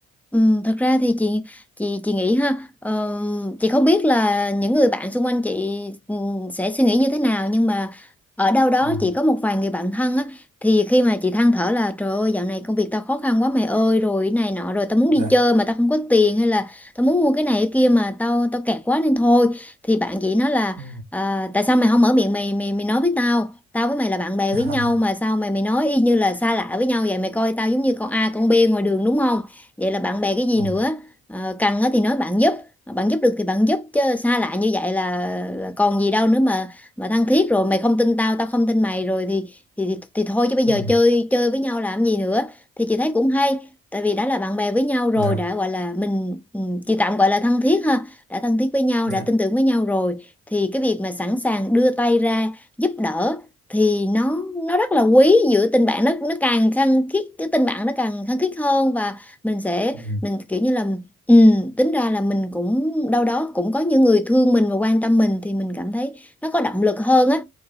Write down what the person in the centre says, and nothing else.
Ừ, thật ra thì chị chị chị nghĩ ha ờ, chị không biết là những người bạn xung quanh chị ừ, sẽ suy nghĩ như thế nào nhưng mà ở đâu đó
chị có một vài người bạn thân á thì khi mà chị than thở là trời ơi dạo này công việc tao khó khăn quá mày ơi rồi cái này nọ rồi tao muốn
đi chơi mà tao không có tiền hay là tao muốn mua cái này cái kia mà tao tao kẹt quá nên thôi thì bạn chị nói là
à, tại sao mày không mở miệng mày mày mày nói với tao tao với mày là bạn bè
với
nhau mà sao mày mày nói y như là xa lạ với nhau vậy mày coi tao giống như con A con B ngoài đường đúng không vậy là bạn bè cái gì
nữa ờ, cần á thì nói bạn giúp Mà bạn giúp được thì bạn giúp chứ xa lạ như vậy là, là còn gì đâu nữa mà mà thân thiết rồi mày không tin tao tao không tin mày rồi thì thì thì, thì thôi chứ bây giờ
chơi chơi với nhau làm gì nữa thì chị thấy cũng hay tại vì đã là bạn bè với nhau rồi
đã gọi là mình ừ, chị tạm gọi là thân thiết ha đã thân thiết với nhau
đã tin tưởng với nhau rồi thì cái việc mà sẵn sàng đưa tay ra giúp đỡ thì nó nó rất là quý giữa tình bạn nó nó càng khăng khít cái tình bạn nó càng khăng khít hơn và mình sẽ
mình kiểu như là ừ, tính ra là mình cũng đâu đó cũng có những người thương mình và quan tâm mình thì mình cảm thấy nó có động lực hơn á